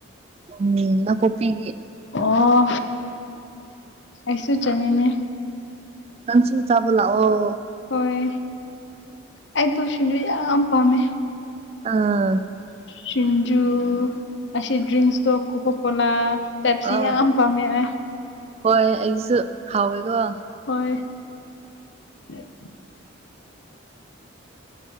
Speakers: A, on the right (about 30°); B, on the left (about 60°).
A: ꯎꯝ ꯅꯥꯀꯨꯞꯄꯤꯒꯤ
B: ꯑꯣ ꯑꯩꯁꯨ ꯆꯥꯅꯤꯡꯉꯦ
A: ꯅꯪꯁꯨ ꯆꯥꯕ ꯂꯥꯛꯑꯣ
B: ꯍꯣꯏ ꯑꯩ ꯇꯣ ꯁꯤꯡꯖꯨ ꯌꯥꯝ ꯄꯥꯝꯃꯦ
A: ꯑꯥ
B: ꯁꯤꯟꯖꯨ ꯑꯁꯤ ꯗ꯭ꯔꯤꯡꯛꯁ ꯇꯣ ꯀꯣꯀꯥ ꯀꯣꯂꯥ ꯄꯦꯞꯁꯤ
A: ꯑꯥ
B: ꯌꯥꯝ ꯄꯥꯝꯃꯦ ꯑꯩ
A: ꯍꯣꯏ ꯑꯩꯁꯨ ꯍꯥꯎꯋꯦꯀꯣ
B: ꯍꯣꯏ <unintelligible>